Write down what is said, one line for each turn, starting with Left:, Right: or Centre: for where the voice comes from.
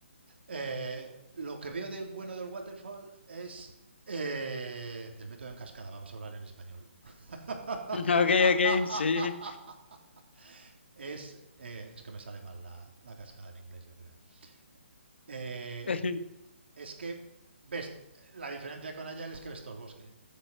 Right: Eh, lo que veo del bueno del Waterfall es eh, del método en cascada, vamos a hablar en español. <laughs>
Left: <laughs> Ok, ok, sí.
Right: Es, eh, es que me sale mal la, la cascada en inglés, yo creo. Eh,
Left: <laughs>
Right: es que ves, la diferencia con Agile es que ves todo el bosque.